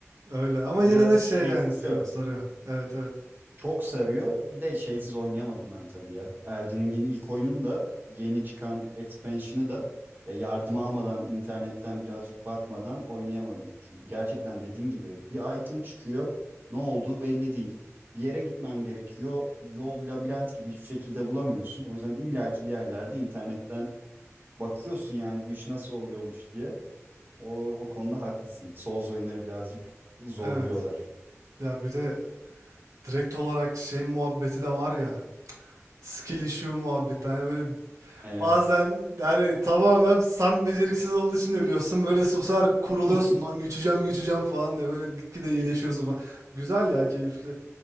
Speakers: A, on the right; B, on the right.
A: Öyle ama
B: Birazcık
A: yine de şey
B: şey
A: yani
B: istiyor.
A: sarıyor. Evet evet.
B: Çok sarıyor. Bir de şeysiz oynayamadım ben tabii ya. Elden Ring'in ilk oyununu da yeni çıkan expansion'ı da ya yardım almadan, internetten birazcık bakmadan oynayamadım. Çünkü gerçekten dediğin gibi bir item çıkıyor, ne olduğu belli değil. Bir yere gitmen gerekiyor. Yol labirent gibi hiçbir şekilde bulamıyorsun. O yüzden illaki bir yerlerde internetten bakıyorsun yani bu iş nasıl oluyormuş diye. O, o konuda haklısın. Souls oyunları birazcık zorluyorlar.
A: Evet. Ya bir de Direkt olarak şey muhabbeti de var ya. Skill issue muhabbeti. Hani böyle
B: Evet.
A: bazen yani tamamen sen beceriksiz olduğu için ölüyorsun. Böyle susar kuruluyorsun.
B: <laughs>
A: Lan güçeceğim güçeceğim falan diye. Böyle gitgide iyileşiyorsun falan. Güzel ya keyifli.